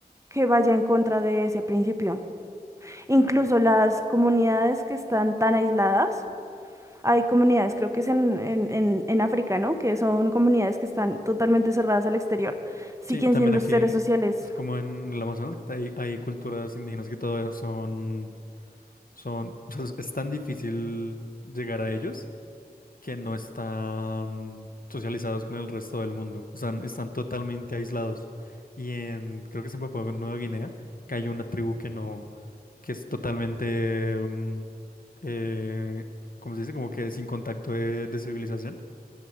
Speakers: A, on the right (about 20°); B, on the left (about 60°).
A: que vaya en contra de ese principio. Incluso las comunidades que están tan aisladas. Hay comunidades, creo que es en, en, en, en África, ¿no? Que son comunidades que están totalmente cerradas al exterior. Siguen
B: Sí, también
A: siendo
B: aquí,
A: seres sociales.
B: es como en el Amazonas, que hay, hay culturas indígenas que todavía son, son, o sea, es es tan difícil llegar a ellos que no están socializados con el resto del mundo, están, están totalmente aislados. Y en, creo que es en Papua Nueva Guinea, que hay una tribu que no, que es totalmente, mm, eh, ¿cómo se dice? Como que sin contacto de de civilización